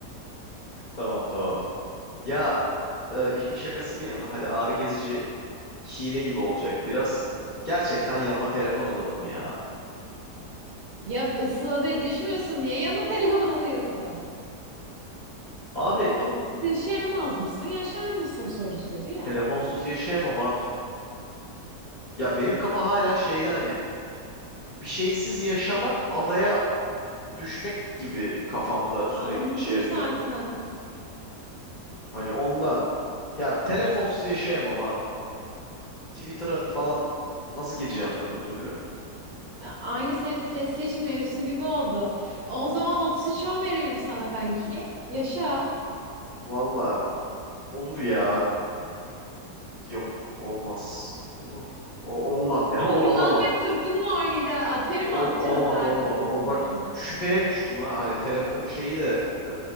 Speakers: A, on the left; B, on the right.
A: <laughs> Tamam tamam. Ya e, işin şakası bir yana hadi ağrı kesici hile gibi olacak biraz. Gerçekten yanıma telefon alırdım ya.
B: Ya ısıla diye düşmüyorsun. Niye yanına telefon alıyorsun?
A: Abi
B: Onsuz yaşayamaz mısın? Yaşar mısın sorusuydu ya.
A: telefonsuz yaşayamam abi. Ya benim kafa hala şeyde hani bir şeysiz yaşamak adaya düşmek gibi kafamda sürekli
B: Anladım
A: şey yapıyor.
B: zaten.
A: Hani ondan. Ya telefonsuz yaşayamam abi. Twitter'a falan nasıl gireceğim öbür türlü?
B: Aynı senin PlayStation mevzusu gibi oldu. O zaman 33 10 verelim sana kanki. Yaşa.
A: Valla olur ya. Yok olmaz. Olur. O- olmaz ya. <laughs> Olmaz
B: Yılan
A: olmaz.
B: ve tırtıl mı oynayacaksın? Atari
A: Ol-
B: mi atacaksın
A: olmaz olmaz
B: sadece
A: olmaz.
B: otuz üç
A: Bak
B: onda.
A: şüpheye düştüm ha. Hani telefonun şeyi de e,